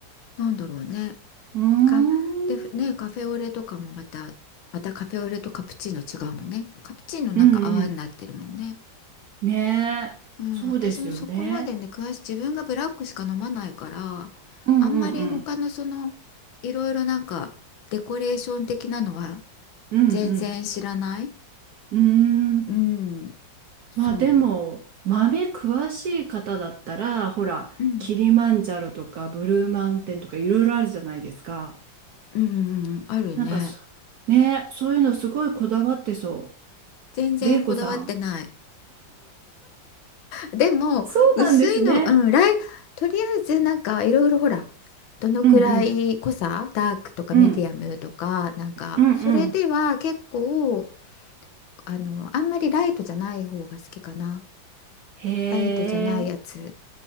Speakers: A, on the left; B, on the right.
A: なんだろうね
B: うーん。
A: かでふねカフェオレとかもまたまたカフェオレとカプチーノ違うもんねカプチーノなんか泡になってるもんね
B: うんうん。ねえ。
A: うん私もそこまでね詳しい自分がブラックしか飲まないからあんまり他のその
B: そうですよね。うんうんうん。
A: いろいろなんかデコレーション的なのは
B: うん
A: 全然知らない
B: うん。うーん。
A: うんそう
B: まあでも、豆詳しい方だったら、ほら、
A: うん
B: キリマンジャロとかブルーマウンテンとかいろいろあるじゃないですか。
A: うんうんうんあるね
B: なんかそ、ねえ、そういうのすごいこだわってそ
A: 全然こだわってない
B: う。玲子さん。
A: でも、
B: そうなんですね。
A: 薄いの、うん、ライ、とりあえずなんかいろいろほら、どのくらい濃さ、
B: うんうん。
A: ダークとかミディアムとか、
B: うん。
A: なんか、
B: うんうん。
A: それでは結構、あの、あんまりライトじゃない方が好きかな。
B: へ
A: ライトじゃないやつ。
B: え。